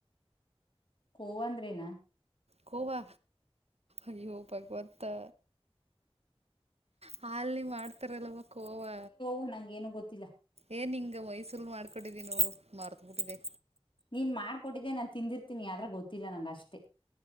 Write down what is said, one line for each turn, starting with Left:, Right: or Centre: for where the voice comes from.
Left: ಕೋವ ಅಂದ್ರೇನಾ?
Right: ಕೋವಾ ಅಯ್ಯೋ ಭಗವಂತಾ ಹಾಲ್ಲಿ ಮಾಡ್ತಾರಲ್ಲವ ಕೋವಾ.
Left: ಗು ನಂಗೆನು ಗೊತ್ತಿಲ್ಲ.
Right: ಏ ನಿಂಗ ವಯ್ಸೂಲ್ ಮಾಡ್ಕೊಂಡಿದೀ ನೋಡ್ ಮಾರ್ತ್ಬಿಟ್ಟಿದೆ.
Left: ನೀನ್ ಮಾಡ್ಕೊಟ್ಟಿದ್ದೆ ನಾನ್ ತಿಂದಿರ್ತೀನಿ ಆದ್ರ ಗೊತ್ತಿಲ್ಲ ನಂಗಷ್ಟೇ.